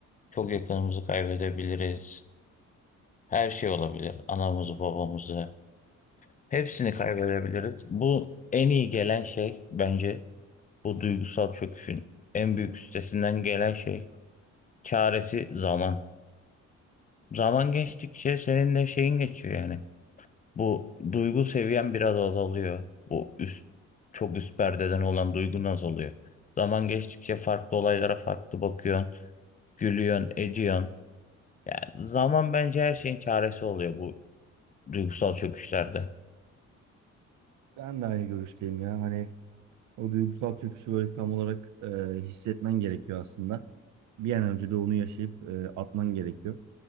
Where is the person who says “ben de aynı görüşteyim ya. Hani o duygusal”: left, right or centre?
Right